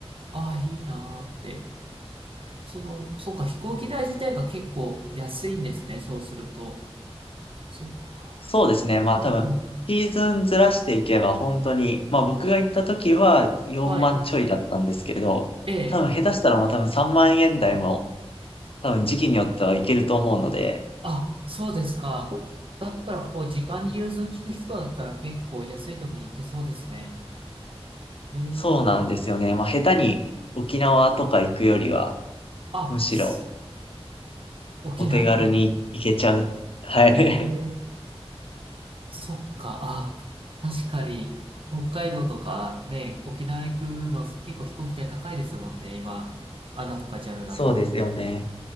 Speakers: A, on the right; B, on the left.
A: ああ、いいなーって。その、そうか、飛行機代自体が結構安いんですね。そうすると。そっか。
B: そうですね。まあ多分、
A: うんうん。
B: シーズンずらしていけば本当に、まあ僕が行った時は4万ちょいだったんですけど、
A: はい。ええ。
B: 多分下手したらもう多分3万円台も多分時期によってはいけると思うので、
A: あ、そうですか。だったら、こう、時間に融通きく人だったら結構安い時に行けそうですね。えー、
B: そうなんですよね。まあ、下手に沖縄とか行くよりは、
A: あ、
B: むしろ
A: す沖縄、
B: お手軽に行けちゃう。
A: こ、
B: <laughs> はい。
A: えー、そっか、あ、確かに、北海道とかね、沖縄行くの結構飛行機代高いですもんね、今。アナとかジャムだと。
B: <laughs> そうですよね。